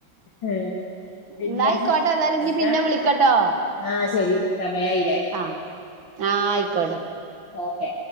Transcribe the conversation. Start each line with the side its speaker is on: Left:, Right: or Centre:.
Left: ആഹ് പിന്നെ
Right: എന്നാ ആയിക്കോട്ടെ ഏതായാലും ഇനി
Left: എന്താ
Right: പിന്നെ വിളിക്കട്ടോ
Left: ആഹ് ശരി സമയായില്ലേ
Right: ആഹ് ആഹ് ആയിക്കോട്ടെ
Left: ഓക്കെ